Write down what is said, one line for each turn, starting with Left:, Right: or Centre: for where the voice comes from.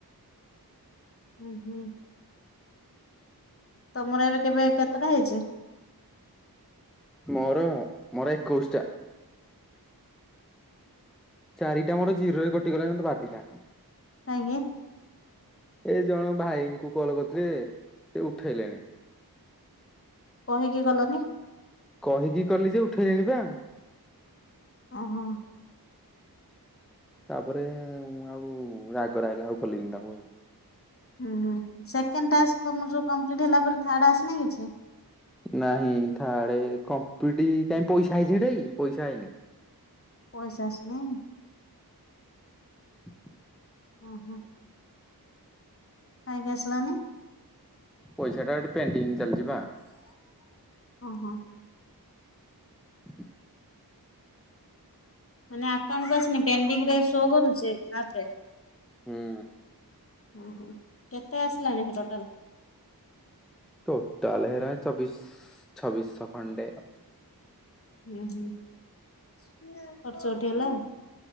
Left: ହୁଁ - ହୁଁ। ତମର ଏବେ କେବେ କେତେଟା ହେଇଛି?
Centre: ମୋର ମୋର ଏକୋଇଶ ଟା। ଚାରିଟା ମୋର ଜିରୋରେ କଟିଗଲା ମତେ ବାଧିଲା।
Left: <unintelligible>
Centre: ଏ ଜଣେ ଭାଇଙ୍କୁ କଲ କରିଥିଲେ ସେ ଉଠେଇଲେଣି।
Left: କହିକି କଲନି।
Centre: କହିକି କଲି ଯେ ଉଠେଇଲେନି ବା।
Left: ଓ ହୋ।
Centre: ତାପରେ ଆଉ ରାଗ ଲାଗିଲା ଆଉ କଲିନି ତାଙ୍କୁ ଆଉ।
Left: ହୁଁ- ହୁଁ ସେକେଣ୍ଡ ଟ୍ୟାକ୍ସ ତମର ଯୋଉ କମ୍ପ୍ଲିଟ ହେଲା ପରେ, ଥାର୍ଡ ଆସି ନାହିଁ କିଛି?
Centre: ନାଇଁ ଥାର୍ଡ କଂପ୍ଲିଟ୍ କାଇଁ ପଇସା ଆଇଛି ସେଇଟା କି ପଇସା ଆଇନି।
Left: ପଇସା ଆସିନି?
Centre: ହ
Left: ଓ ହୋ। ଖାଇକି ଆସିଲନି।
Centre: ପଇସା ଟା ଗୋଟେ ପେଣ୍ଟିଂ ଚାଲିଚି ବା।
Left: ଓ ହୋ।
Centre: ହ
Left: ମାନେ ଆକାଉଣ୍ଟକୁ ଆସୁନି ପେଣ୍ଡିଙ୍ଗରେ ସୋ କରୁଛି ଆପରେ।
Centre: ହୁଁ।
Left: ଓ ହୋ କେତେ ଆସିଲାଣିି ଟୋଟାଲ?
Centre: ଟୋଟାଲ ହେରା ଚବିଶ ଛବିଶ ଖଣ୍ଡେ ଆଉ।
Left: ହୁଁ- ହୁଁ ଖର୍ଚ୍ଚ ଉଠି ହେଲା ଆଉ।